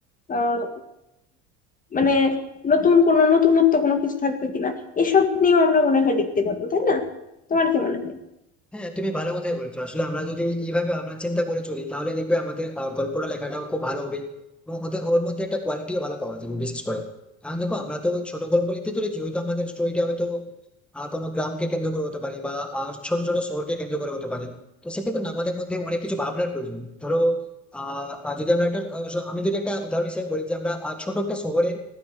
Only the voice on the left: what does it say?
আহ, মানে নতুন কোনো নতুনত্ব কোনো কিছু থাকবে কিনা এসব নিয়েও আমরা মনে হয় লিখতে পারবো তাই না তোমার কি মনে হয়